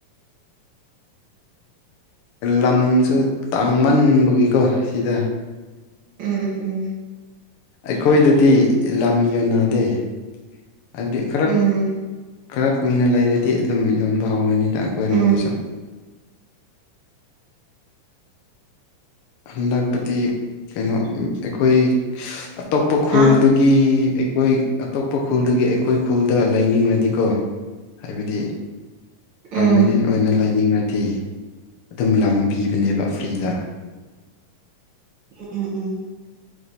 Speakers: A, on the left (about 80°); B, on the right (about 50°).
A: ꯂꯝꯁꯨ ꯇꯥꯡꯃꯟꯕꯒꯤꯀꯣ ꯁꯤꯗ
B: ꯎꯝ ꯎꯝ ꯎꯝ
A: ꯑꯩꯈꯣꯏꯗꯗꯤ ꯂꯝ ꯌꯣꯟꯅꯗꯦ ꯍꯥꯏꯕꯗꯤ ꯈꯔ
B: ꯎꯝ ꯎꯝ
A: ꯈꯔ ꯀꯨꯏꯅ ꯂꯩꯔꯗꯤ ꯑꯗꯨꯝ ꯌꯣꯟꯕ ꯍꯧꯔꯅꯤꯗ ꯑꯩꯈꯣꯏꯔꯣꯝꯗꯁꯨ
B: ꯎꯝ
A: ꯍꯟꯗꯛꯄꯗꯤ ꯀꯩꯅꯣ ꯑꯩꯈꯣꯏ ꯑꯇꯣꯞꯄ ꯈꯨꯜꯗꯒꯤ
B: ꯍꯥ
A: ꯒꯤ ꯑꯩꯈꯣꯏ ꯑꯇꯣꯞꯄ ꯈꯨꯜꯗꯒꯤ ꯑꯩꯈꯣꯏ ꯈꯨꯜꯗ ꯂꯩꯅꯤꯡꯉꯗꯤꯀꯣ ꯍꯥꯏꯕꯗꯤ
B: ꯎꯝ
A: ꯄ꯭ꯔꯃꯅꯦꯟ ꯑꯣꯏꯅ ꯂꯩꯅꯤꯡꯉꯗꯤ ꯑꯗꯨꯝ ꯂꯝ ꯄꯤꯕꯅꯦꯕ ꯐ꯭ꯔꯤꯗ
B: ꯎꯝ ꯎꯝ ꯎꯝ